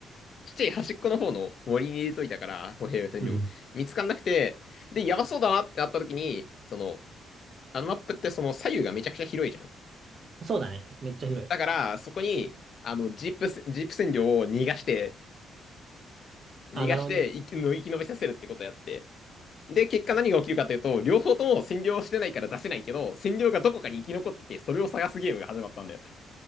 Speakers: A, on the left (about 55°); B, on the right (about 50°).
A: ちっちゃい端っこの方の森に入れといたから、歩兵戦場。
B: うん。
A: 見つかんなくて、で、やばそうだなってなった時に、その、あのマップってその左右がめちゃくちゃ広いじゃん。
B: そうだね。めっちゃ広い。
A: だから、そこに、あの、ジープせ、ジープ占領を逃がして、
B: あ、
A: 逃がして、
B: なるほどね。
A: 生き、の生き延びさせるってことやって。で、結果何が起きるかというと、両方とも占領してないから出せないけど、占領がどこかに生き残ってて、それを探すゲームが始まったんだよ。